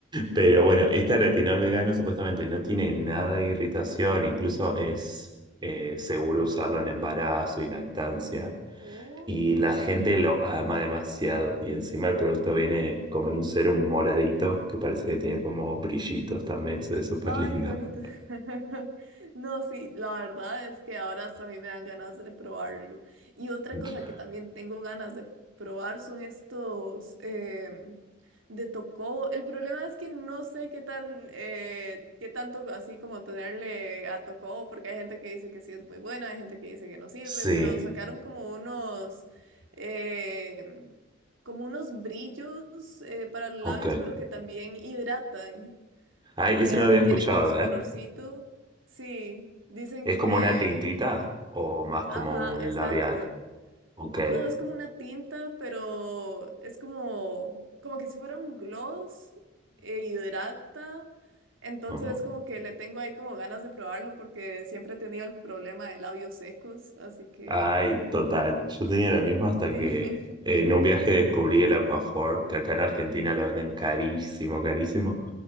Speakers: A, on the right; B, on the right.
A: Pero bueno, este retinol vegano supuestamente no tiene nada de irritación, incluso es eh, seguro usarlo en embarazo y lactancia.
B: <laughs>
A: Y
B: Ok.
A: la gente lo ama demasiado. Y encima el producto viene como en un serum moradito, que parece que tiene como brillitos también, se ve súper
B: Ay,
A: lindo.
B: qué bonito. <laughs> No, sí, la verdad es que ahora hasta a mí me dan ganas de probarlo. Y otra
A: <laughs>
B: cosa que también tengo ganas de probar son estos em, de Tocobo. El problema es que no sé qué tan, eh, qué tanto así como tenerle a Tocobo, porque hay gente que dice que sí es muy buena, hay gente que dice que no sirve,
A: Sí,
B: pero sacaron como unos, em, como unos brillos eh, para los
A: ok.
B: labios, pero que también hidratan
A: Ay, eso
B: eh,
A: no lo había
B: y tiene
A: escuchado,
B: como su
A: ¿eh?
B: colorcito. Sí, dicen
A: ¿Es
B: que,
A: como una tintita o más como
B: ajá,
A: un
B: exacto.
A: labial? Ok.
B: No, es como una tinta, pero es como, como que si fuera un gloss, e hidrata. Entonces
A: Ujú.
B: es como que le tengo ahí como ganas de probarlo porque siempre he tenido el problema de labios secos, así que
A: Ay, total. Yo tenía la misma hasta
B: sí,
A: que eh, en un viaje descubrí el Aquaphor, que acá en Argentina lo venden carísimo, carísimo.